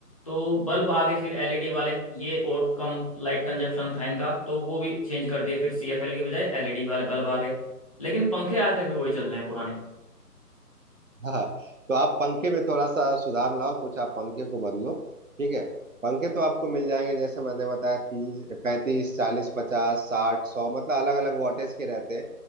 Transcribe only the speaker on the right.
हाँ तो आप पंखे में थोड़ा सा सुधार लाओ कुछ आप पंखे को बदलो ठीक है पंखे तो आपको मिल जाएंगे जैसे मैंने बताया तीस पैंतीस चालीस पचास साठ सौ मतलब अलग अलग वॉटेज के रहते हैं